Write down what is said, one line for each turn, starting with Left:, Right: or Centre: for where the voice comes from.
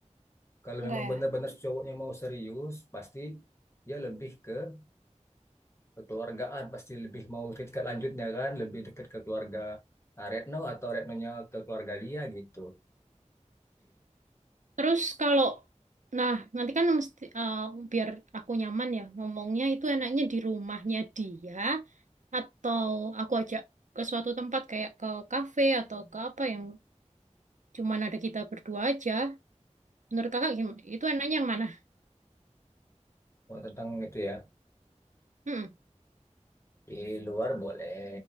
Left: Kalau
Right: enggak
Left: memang
Right: ya
Left: benar-benar cowoknya mau serius, pasti dia lebih ke kekeluargaan pasti lebih mau ke tingkat lanjutnya kan lebih dekat ke keluarga ah, Retno atau Retnonya ke keluarga dia gitu
Right: Terus kalau nah nanti kan mesti eh, biar aku nyaman ya ngomongnya itu enaknya di rumahnya dia atau aku ajak ke suatu tempat kayak ke kafe atau ke apa yang cuman ada kita berdua aja. Menurut kakak gimana? Itu enaknya yang mana?
Left: oh, tentang itu ya
Right: Hmm,
Left: di luar boleh